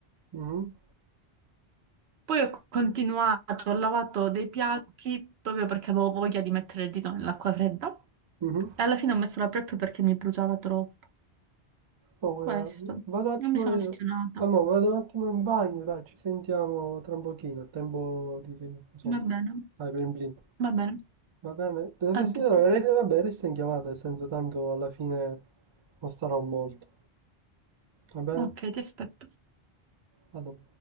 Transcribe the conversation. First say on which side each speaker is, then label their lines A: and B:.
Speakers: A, on the right (about 40°); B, on the right (about 75°).
A: mhm,
B: Poi ho continuato, ho lavato dei piatti proprio perché avevo voglia di mettere il dito nell'acqua fredda
A: mhm.
B: e alla fine ho messo la prep perché mi bruciava troppo.
A: Oh,
B: Questo,
A: eh, vado un attimo,
B: non mi sono
A: in-
B: ostinata.
A: amore, vado un attimo in bagno, dai, ci sentiamo tra un pochino, a tempo di, di- insomma,
B: Va bene,
A: fare blin blin.
B: va bene,
A: Va bene? Del
B: a
A: resto-
B: dopo.
A: vabbè, resta in chiamata, nel senso tanto alla fine non starò molto. Va bene?
B: Ok, ti aspetto.
A: Vado.